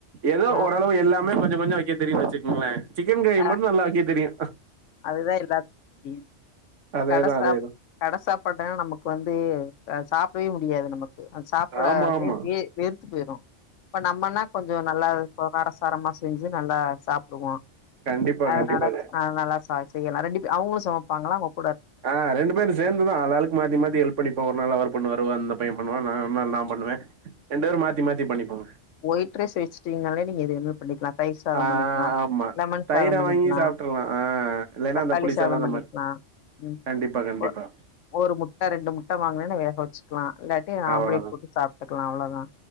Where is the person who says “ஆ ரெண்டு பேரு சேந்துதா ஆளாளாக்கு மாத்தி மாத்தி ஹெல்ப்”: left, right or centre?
Right